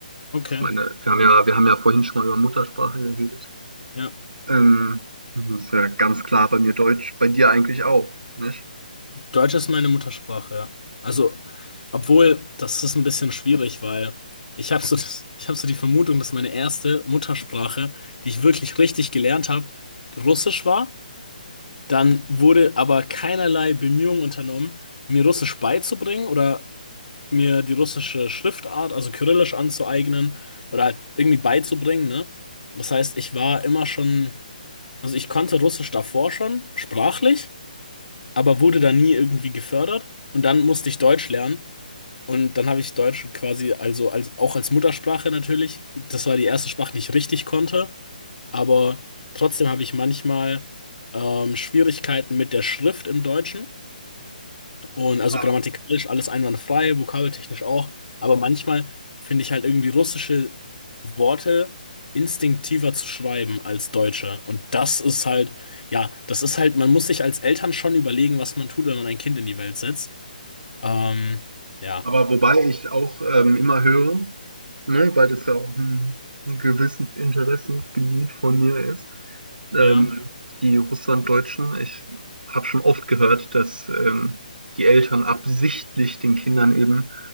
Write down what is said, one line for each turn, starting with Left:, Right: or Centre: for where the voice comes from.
Left: okay.
Right: Ich meine, wir haben ja, wir haben ja vorhin schon mal über Muttersprache geredet.
Left: Ja.
Right: Ähm, das ist ja ganz klar bei mir Deutsch, bei dir eigentlich auch, nicht?
Left: Deutsch ist meine Muttersprache, ja. Also, obwohl, das ist ein bisschen schwierig, weil ich habe so, das- ich hab so die Vermutung, dass meine erste Muttersprache, die ich wirklich richtig gelernt habe, Russisch war. Dann wurde aber keinerlei Bemühungen unternommen, mir Russisch beizubringen oder mir die russische Schriftart, also Kyrillisch anzueignen oder halt irgendwie beizubringen, ne? Das heißt, ich war immer schon, also ich konnte Russisch davor schon, sprachlich aber wurde da nie irgendwie gefördert. Und dann musste ich Deutsch lernen. Und dann habe ich Deutsch quasi, also als, auch als Muttersprache natürlich. Das war die erste Sprache, die ich richtig konnte. Aber trotzdem habe ich manchmal ähm, Schwierigkeiten mit der Schrift im Deutschen. Und also
Right: Ja.
Left: grammatikalisch alles einwandfrei, vokabeltechnisch auch. Aber manchmal finde ich halt irgendwie russische Worte instinktiver zu schreiben als deutsche. Und das ist halt, ja, das ist halt, man muss sich als Eltern schon überlegen, was man tut, wenn man ein Kind in die Welt setzt. Ähm, ja.
Right: Aber wobei ich auch ähm, immer höre, ne, weil das ja auch ein, ein gewisses Interessensgebiet von mir ist,
Left: Ja.
Right: ähm, die Russlanddeutschen. Ich habe schon oft gehört, dass ähm, die Eltern absichtlich den Kindern eben